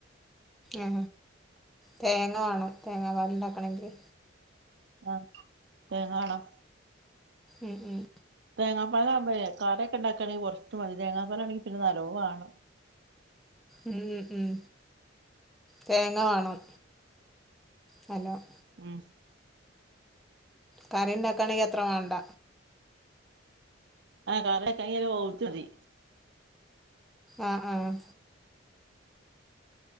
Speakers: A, in the centre; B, on the right (about 60°).
A: ആ തേങ്ങ വേണം തേങ്ങാ പാല് ണ്ടാക്കണെങ്കിൽ
B: ആ തേങ്ങ വാണം
A: ഉം ഉം
B: തേങ്ങാപ്പാലാകുമ്പഴേ കറിയൊക്കെ ണ്ടാക്കാണെങ്കിൽ കൊറച്ച് മതി തേങ്ങാപ്പാലാണെങ്കിൽ പിന്നെ നല്ലോം വാണം
A: ഉം ഉം ഉം തേങ്ങ വാണം നല്ലോം
B: ഉം
A: കറിയുണ്ടാക്കാണെങ്കി അത്ര വാണ്ട
B: ആ കറി <unintelligible> മതി
A: ആ ആ